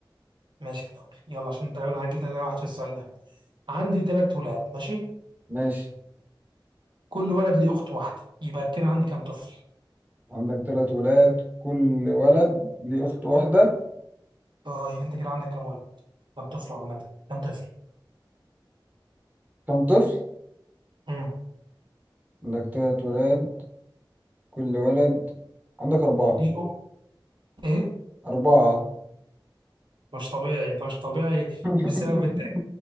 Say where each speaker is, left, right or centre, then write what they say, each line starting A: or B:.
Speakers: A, on the right; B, on the right.
A: ماشي يا دولي يلا عشان تقريبا هجيب تلاتة واحد في السؤال ده عندي تلات ولاد ماشي
B: ماشي
A: كل ولد ليه أخت واحدة يبقى كده عندي كام طفل؟
B: عندك تلات ولاد كل ولد ليه أخت واحدة
A: طيب أنت كده عندك كام ولد؟ كام طفل عامة؟ كام طفل؟
B: كم طفل؟
A: امم
B: عندك تلات ولاد كل ولد عندك أربعة
A: ليه أخت إيه؟
B: أربعة
A: مش طبيعي أنت مش طبيعي
B: <laughs>
A: بسبب الترك...